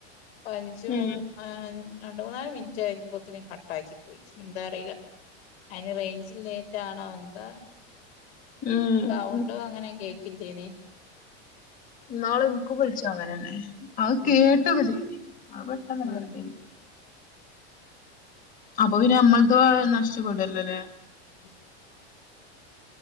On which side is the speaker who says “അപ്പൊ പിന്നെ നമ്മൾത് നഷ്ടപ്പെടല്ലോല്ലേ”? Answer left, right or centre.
Left